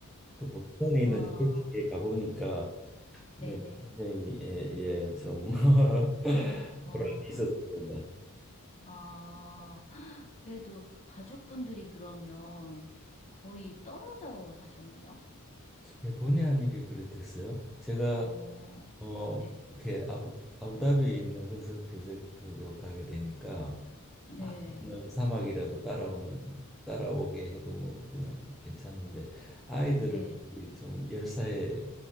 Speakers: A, in the centre; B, on the left.
A: 그스턴에
B: 와,
A: 있는 지식에 가보니까
B: 네네.
A: 네, 굉장히 예, 예, 좀 <laughs>
B: 어,
A: 보람이 있었습니다.
B: 아, <gasps> 그래도 가족분들이 그러면 거의 떨어져 사셨네요?
A: 예, 본의 아니게 그래 됐어요. 제가
B: 어,
A: 어
B: 네,
A: 이렇게 아부 아부다비에 있는 건설 프로젝트로 가게 되니까
B: 네,
A: 아니면 사막이라도 따라오는 따라오게 해도 뭐 그냥 괜찮은데 아이들을
B: 네,
A: 거기 좀 열사의